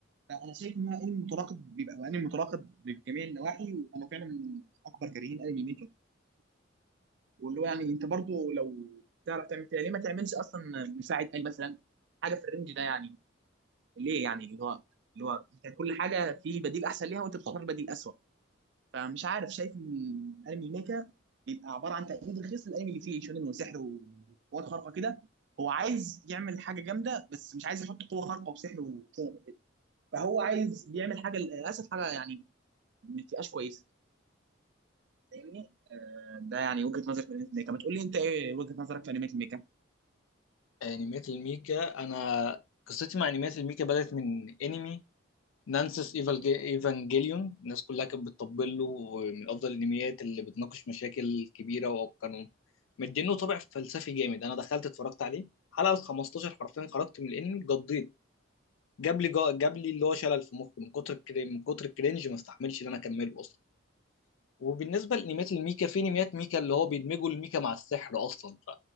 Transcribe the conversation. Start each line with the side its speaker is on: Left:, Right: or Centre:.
Right: فانا شايف ان هو انمي متراقب بيبقى انمي متراقب بجميع النواحي وانا فعلا من اكبر كارهين انمي ميكر واللي هو يعني انت برضو لو تعرف تعمل كده ليه ما تعملش اصلا مساعد قال مثلا حاجه في الرينج ده يعني ليه يعني اللي هو اللي هو انت كل حاجه في بديل احسن ليها وانت بتختار بديل اسوء فمش عارف شايف ان الانمي ميكا بيبقى عباره عن تقليد رخيص للانمي اللي فيه شونن وسحر وقوات خارقه كده هو عايز يعمل حاجه جامده بس مش عايز يحط قوه خارقه وسحر وكده فهو عايز يعمل حاجه للاسف حاجه يعني ما تبقاش كويسه فاهمني آه، ده يعني وجهه نظري في انمي ميكا ما تقول لي انت ايه وجهه نظرك في انمي ميكا
Left: أنميات الميكا أنا قصتي مع أنميات الميكا بدأت من أنمي نانسس إيفالج- ايفانجيليون الناس كلها كانت بتطبل له ومن افضل الانميات اللي بتناقش مشاكل كبيره وقانون مدينه طابع فلسفي جامد انا دخلت اتفرجت عليه حلقه ال 15 حرفيا خرجت من الانمي قضيت جاب لي جا... جاب لي اللي هو شلل في مخي من كتر الكري... من كتر الكرنج ما استحملش ان انا اكمله اصلا وبالنسبه لانميات الميكا في انميات ميكا اللي هو بيدمجوا الميكا مع السحر اصلا ف